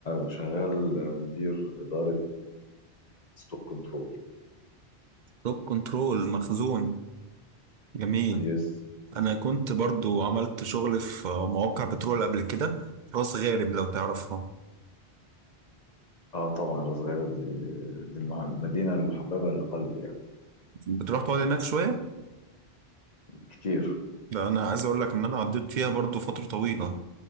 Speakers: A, on the left (about 40°); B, on the right (about 55°).
A: شغال مدير إدارة الستوك كنترول
B: توب كنترول مخزون جميل
A: يس
B: انا كنت برضو عملت شغل في مواقع بترول قبل كده راس غارب لو تعرفها
A: اه طبعا راس غارب دي دي المع- المدينة المحببة لقلبي يعني
B: بتروح تقعد هناك شوية
A: كتير
B: ده انا عايز اقول لك ان انا قضيت فيها برضو فترة طويلة